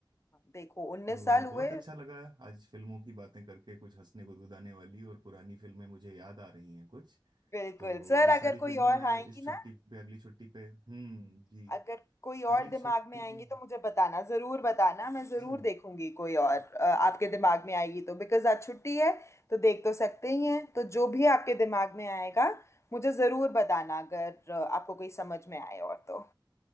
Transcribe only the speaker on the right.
तो
बहुत
अच्छा लगा आज फिल्मों की बातें करके कुछ हंसने गुदगुदाने वाली और पुरानी फिल्में मुझे याद आ रही हैं कुछ
तो
ये सारी
फिल्में
मैं
इस छुट्टी
पे अगली छुट्टी पे हम्म जी
अगली
छुट्टी
में
जी